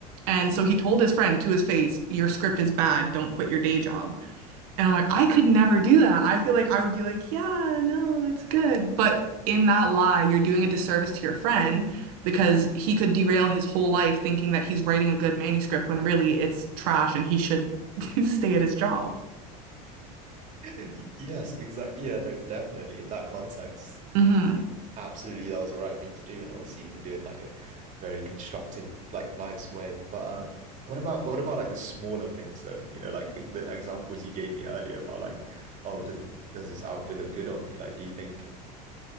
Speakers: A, on the right (about 75°); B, on the right (about 40°).
A: and so he told his friend to his face your script is bad don't quit your day job and I'm like, I could never do that. I feel like I would be like, yeah, no, it's good. But in that lie, you're doing a disservice to your friend because he could derail his whole life thinking that he's writing a good manuscript when really it's trash and he should <laughs> stay at his job.
B: <laughs> Y- Yes, exactly. Yeah, no, definitely. In that context,
A: hmm
B: absolutely, that was the right thing to do. And obviously, you can do it in like a very constructive, like nice way. But um, what about what about like the smaller things though? You know, like the examples you gave me earlier about like, oh, does does this outfit look good on me? Like, do you think